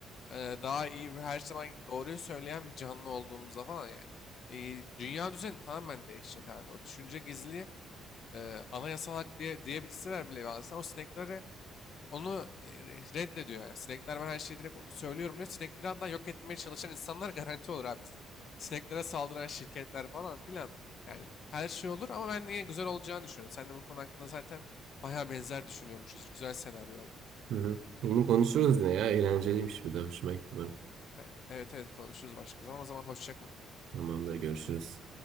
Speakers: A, on the left; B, on the right.
A: Ee, daha iyi ve her zaman doğruyu söyleyen bir canlı olduğumuzda falan yani. Ee, dünya düzeni tamamen değişecek abi. O düşünce gizli e, anayasal hak diye diyebilseler bile bazen o sineklere onu e, reddediyor yani. Sinekler ben her şeyi direkt söylüyorum diyor. Sinekleri hatta yok etmeye çalışan insanlar garanti olur abi. Sineklere saldıran şirketler falan filan. Yani her şey olur ama ben niye güzel olacağını düşünüyorum. Sen de bu konu hakkında zaten bayağı benzer düşünüyormuşuz. Güzel senaryo oldu.
B: hı hı. Bunu konuşuruz yine ya. Eğlenceliymiş bir de. Hoşuma gitti benim.
A: E, Evet evet konuşuruz başka zaman. O zaman hoşça kal.
B: Tamamdır, görüşürüz.